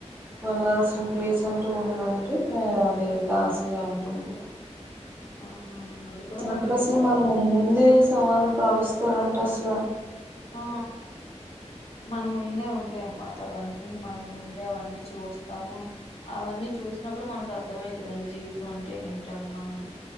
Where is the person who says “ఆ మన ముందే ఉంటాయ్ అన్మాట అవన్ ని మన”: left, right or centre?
Left